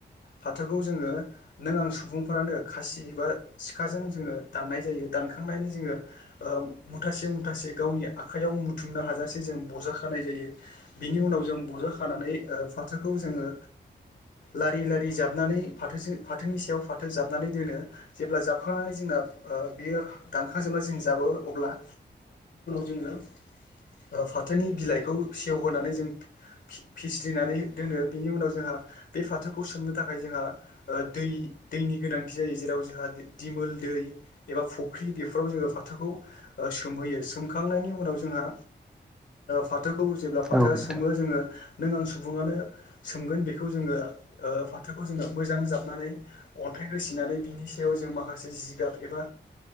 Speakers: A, on the left; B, in the centre.
A: फाथोखौ जोङो नों आं सुबुंफ्रानो खासि बा सिखाजों जोङो दाननाय जायो दानखांनानै जोङो मुथासे मुथासे गावनि आखाइयाव मुथुमनो हाजासे जों ब'जाखानाय नाय जायो बिनि उनाव जों बजा खानानै फाथोखौ जोङो लारि लारि जाबनानै फाथो फ फाथोनि सायाव फाथो जाबनानै दोनो जेब्ला जाबखांनानै जोंना बियो दानखां जोबना जों जनिाव जो फनि बिलाइ होनानै जों फिसि्रिनानै दोनो बिनि उनाव जोंहा बे फाथोखौ सोमनो थाखाय जोंहा दै दैनि गोनांथि जायो जेराव जोंहा दिमोल दै एबा फुख्रि बेफोराव जोङो फाथोखौ सोमहोयो सोमखांनायनि उनाव जोंहा फाथोखौ जों फाथोा
B: औ नोंथां औ नोंथां
A: सोमो
B: औ
A: जोङो नों आं सुबुङानो सोमगोन बेखौ जोङो फाथोखौ जोङो मोजां जाबनानै अन्थाइ हाइ होसिनानै बिनि सायाव जों माखासे जिगाब एबा